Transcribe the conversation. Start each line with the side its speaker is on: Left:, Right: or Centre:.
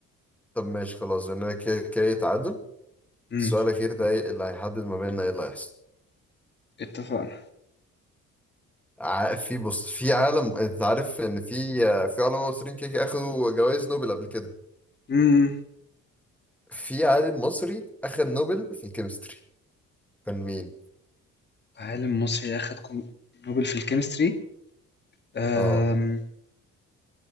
Centre: طب ماشي خلاص انا كده كده تعادل
Left: امم
Centre: السؤال الأخير ده ايه اللي هيحدد ما بيننا ايه اللي هيحصل
Left: اتفقنا
Centre: ع- في بص في عالم انت عارف ان في آه، في علماء مصريين كده كده اخدوا جوائز نوبل قبل كده
Left: امم
Centre: في عالم مصري اخد نوبل في الكيمستري كان مين؟
Left: عالم مصري اخد كوم- نوبل في الكيمستري أم...
Centre: اه